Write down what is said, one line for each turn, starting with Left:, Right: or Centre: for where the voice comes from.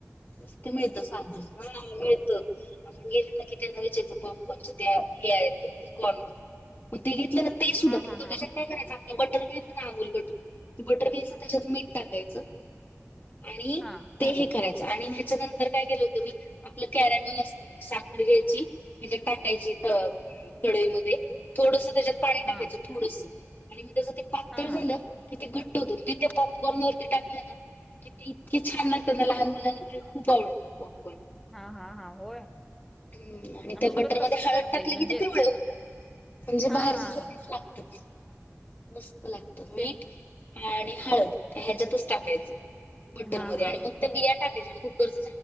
Left: नुसती मिळत सां हा मिळत. आपण गेले ना ते लगेच इचारतात पॉपकॉर्न त्या घायचे पॉपकॉर्न मग ते घेतल्यात. <unintelligible>
Centre: हा हा हा
Left: कशात काय. काय करायचं आपलं बटर मिळत ना अमूल बटर बटर घ्यायचं त्याच्यात मीठ टाकायचं. आणि
Centre: हा
Left: ते हे करायचं आणि हच्या नंतर काय केलं होतं मी. आपलं कॅरॅमल असतं साखर घ्यायची, त्याच्यात टाकायची त कडईमध्ये थोडसं त्याच्यात पाणी
Centre: हा
Left: टाकायचं
Centre: हा
Left: थोडसं आणि मग पातळ
Centre: हा
Left: झालं
Centre: हा
Left: कि ते घट्ट होत, ते पॉपकॉर्न वरती टाकलं ना ते इतके छान लागतात ना लहान मुलांना खूप आवडतं पॉपकॉन.
Centre: हा हा हा होय.
Left: हम आणि
Centre: आमची
Left: त्या बटरमध्ये
Centre: पण तसच
Left: हळद
Centre: करते
Left: टाकली
Centre: म्हणजे
Left: कि ते पिवळे होतात. म्हणजे
Centre: हा
Left: बाहेरच्या
Centre: हा
Left: सारखेच
Centre: हा
Left: लागतात. मस्त लागतात
Centre: सेम
Left: मीठ आणि हळद त्या हेच्यातच टाकायच. बटर
Centre: हा
Left: मध्ये
Centre: हा
Left: आणि
Centre: हा
Left: मग त्या बिया टाकायच्या आणि कुकरच